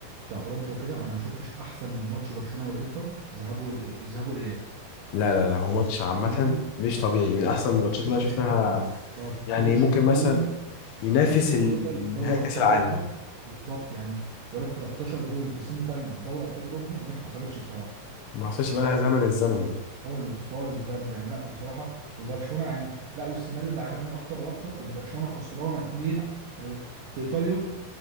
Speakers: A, on the right; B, on the left.
A: بتاع اوروبا وكده انا ما شفتش احسن من ماتش برشلونه والانتر ذهاب وال- الذهاب والاياب
B: لا لا لا هو ماتش عامة
A: بامانه
B: مش طبيعي من أحسن الماتشات
A: ما شفتش
B: اللي أنا شفتها
A: كده 13
B: يعني ممكن
A: جون
B: مثلا ينافس
A: في سيمي
B: ال-
A: فاينال دوري
B: نهائي كأس
A: ابطال
B: العالم
A: اوروبا بالظبط يعني بقول لك 13 جون في سيمي فاينال دوري ابطال اوروبا دي ما حصلتش بصراحه
B: ما حصلش بقى لها زمن الزمن
A: خالص خالص بجد يعني لا بصراحه وبرشلونه يعني لا والسيناريو اللي عجبني اكتر واكتر ان برشلونه خسرانه اتنين آه، في ايطاليا